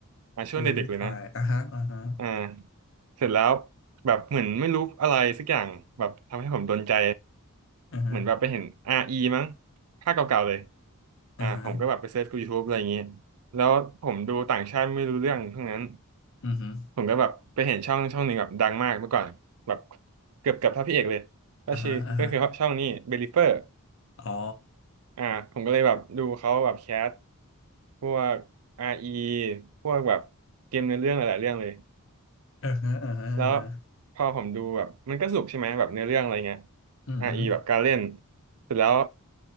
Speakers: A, on the right (about 80°); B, on the left (about 60°).
A: อ่าช่วงเด็กๆเลยนะ
B: PewDiePie อ่าฮะอ่าฮะ
A: อ่าเสร็จแล้วแบบเหมือนไม่รู้อะไรสักอย่างแบบทำให้ผมโดนใจ
B: อ่าฮะ
A: เหมือนแบบไปเห็น RE มั้งภาคเก่าๆเลย
B: อ่าฮะ
A: อ่าผมก็แบบไปเซิร์ชกู YouTube อะไรอย่างงี้แล้วผมดูต่างชาติไม่รู้เรื่องทั้งนั้น
B: อือฮึ
A: ผมก็แบบไปเห็นช่องช่องหนึ่งแบบดังมากเมื่อก่อนแบบเกือบเกือบเท่าพี่เอกเลยก็ชื่อก็คือช่องนี้เบลิเฟอร์
B: อ่าฮะอ่าฮะอ๋อ
A: อ่าผมก็เลยแบบดูเขาแบบแคสพวก r ีพวกแบบเกมเนื้อเรื่องหลายๆเรื่องเลย
B: อ่าฮะอ่าฮะอ่าฮะ
A: แล้วพอผมดูแบบมันก็สนุกใช่ไหมแบบเนื้อเรื่องอะไรเงี้ย
B: อือฮึ
A: r ีแบบการเล่นเสร็จแล้ว